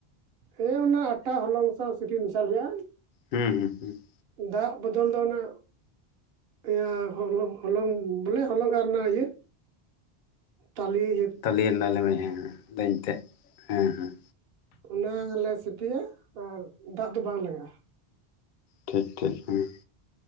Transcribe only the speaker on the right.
ᱦᱮᱸ ᱚᱱᱟ ᱟᱴᱟ ᱦᱚᱞᱚᱝ ᱥᱟᱶ ᱥᱤᱯᱤ ᱢᱮᱥᱟᱞ ᱦᱩᱭᱩᱜᱼᱟ᱾
ᱫᱟᱜ ᱵᱚᱫᱚᱞ ᱫᱚ ᱚᱱᱟ ᱮᱸᱭᱟ ᱦᱚᱞᱚᱝ ᱦᱚᱞᱚᱝ ᱵᱚᱞᱮ ᱦᱚᱞᱚᱝ ᱟᱨ ᱚᱱᱟ ᱤᱭᱟᱹ ᱛᱟᱞᱤ
ᱚᱱᱟ ᱟᱞᱮ ᱥᱤᱯᱤᱭᱟ ᱟᱨ ᱫᱟᱜ ᱫᱚ ᱵᱟᱝ ᱞᱟᱜᱟᱜᱼᱟ᱾